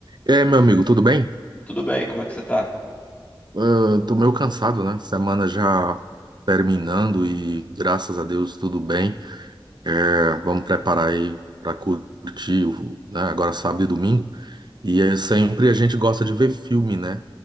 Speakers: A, on the right (about 55°); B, on the left (about 15°).
A: E aí, meu amigo, tudo bem?
B: Tudo bem, como é que você tá?
A: Ah, tô meio cansado, né? Semana já terminando e graças a Deus tudo bem. É, vamos preparar aí para curtir, o- né? Agora sábado e domingo. E é sempre a gente gosta de ver filme, né?